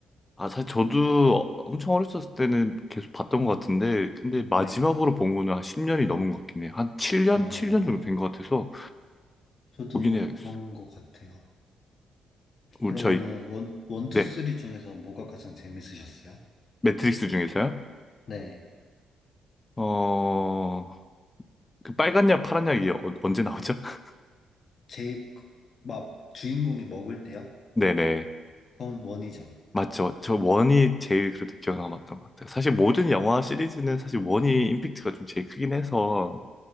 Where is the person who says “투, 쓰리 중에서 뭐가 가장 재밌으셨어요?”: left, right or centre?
Left